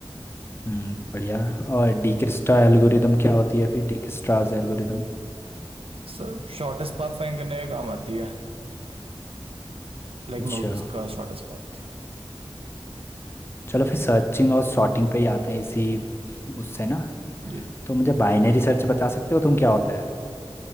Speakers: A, on the left (about 25°); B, on the right (about 70°).
A: हम्म बढ़िया और डिकिस्ट्रा एल्गोरिदम क्या होती है फिर डिकिस्ट्राज एल्गोरिदम
B: सर शॉर्टेस्ट पाथ फाइंड करने का काम आती है लाइक
A: अच्छा
B: नोट्स का शॉर्टेस्ट पाथ
A: चलो फिर सर्चिंग और सॉर्टिंग पे ही आते हैं इसी उससे ना
B: जी
A: तो मुझे बाइनरी सर्च बता सकते हो तुम क्या होता है